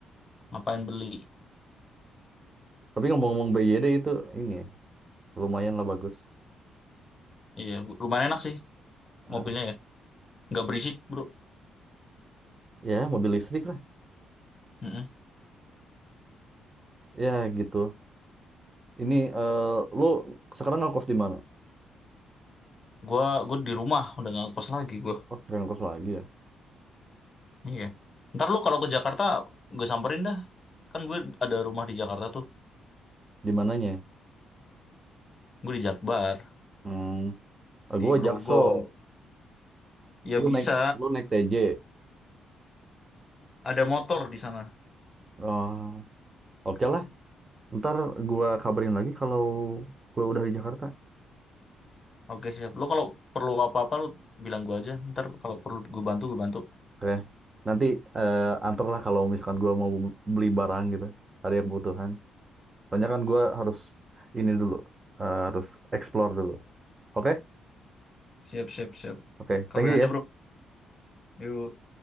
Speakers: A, on the left (about 30°); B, on the right (about 25°).
A: ngapain beli?
B: Tapi ngomong-ngomong BYD itu ini lumayan lah bagus.
A: Iya, lumayan enak sih
B: Ah,
A: mobilnya ya. Enggak berisik, Bro.
B: ya mobil listrik lah.
A: Mm-mm.
B: Ya gitu. Ini eh lu sekarang ngekos di mana?
A: Gua gua di rumah udah nggak kos lagi gua.
B: Oh, gak ngekos lagi ya.
A: Iya. Ntar lu kalau ke Jakarta gue samperin dah. Kan gue ada rumah di Jakarta tuh.
B: Di mananya?
A: Gue di Jakbar,
B: Hmm,
A: di
B: gue
A: Grogol.
B: Jaksel.
A: Ya
B: Lu
A: bisa,
B: naik lu naik TJ.
A: ada motor di sana.
B: Ah, oke lah. Ntar gua kabarin lagi kalau gua udah di Jakarta.
A: Oke siap. Lo kalau perlu apa-apa lo bilang gue aja. Ntar kalau perlu gue bantu, gue bantu.
B: Oke. Nanti eh antar lah kalau misalkan gua mau beli barang gitu. Ada yang kebutuhan. Soalnya kan gue harus ini dulu, eh, harus explore dulu. Oke,
A: Siap, siap, siap.
B: Oke,
A: Kabarin
B: Thank you
A: aja
B: ya.
A: bro. Yuk.